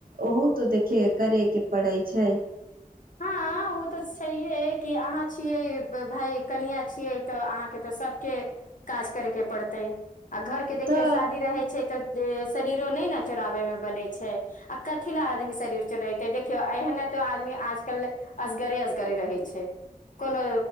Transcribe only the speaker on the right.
ओहो तो देखे करे के पड़ैत छै।
तऽ